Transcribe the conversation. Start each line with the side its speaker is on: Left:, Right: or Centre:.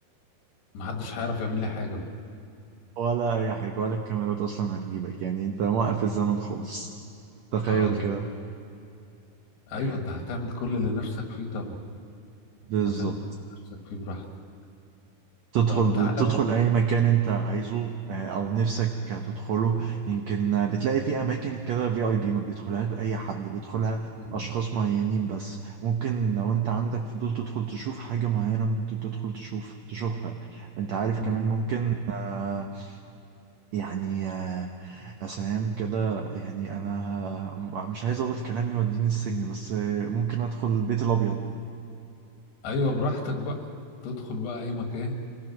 Left: محدش هيعرف يعمل لي حاجة بقى
Right: ولا اي حاجة ولا الكاميرات اصلا هتجيبك يعني انت موقف الزمن خالص تخيل
Left: اه دي
Right: كده
Left: جامدة.
Right: يعني
Left: أيوة أنت هتعمل كل اللي نفسك فيه طبعا
Right: بالظبط
Left: هتعمل كل اللي نفسك فيه براحتك
Right: تدخل
Left: طب تعالى
Right: تدخل
Left: بقى
Right: أي مكان أنت عايزه آه، أو نفسك تدخله يمكن آه، بتلاقي في أماكن كده في أي بي ما بيدخلهاش أي حد بيدخلها
Left: امم
Right: أشخاص معينين بس ممكن لو أنت عندك فضول تدخل تشوف حاجة معينة ممكن تدخل تشوف تشوفها أنت عارف كمان
Left: امم
Right: ممكن آه، يعني آه، يا سلام كده يعني أنا مش عايز أقول كلام يوديني السجن بس آه، ممكن أدخل البيت الأبيض
Left: أيوة براحتك بقى تدخل بقى أي مكان